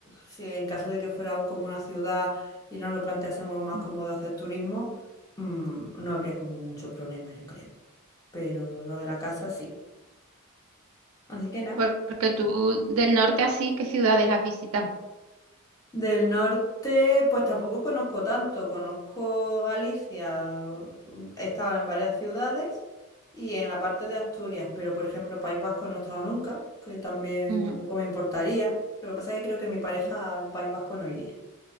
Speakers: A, on the left; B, on the right.
A: si en caso de que fuera como una ciudad y nos lo planteásemos más
B: mm.
A: como de hacer turismo, mm, no habría como mucho problema, yo creo. Pero lo de la casa sí. Así que nada.
B: Porque tú del norte así, ¿qué ciudades has visitado?
A: Del norte, pues tampoco conozco tanto. Conozco Galicia, mm, he estado en varias ciudades y en la parte de Asturias, pero por ejemplo, País Vasco no he estado nunca, que también
B: Ujú,
A: tampoco me importaría. Lo que pasa es que creo que mi pareja
B: ujú,
A: al País Vasco no iría.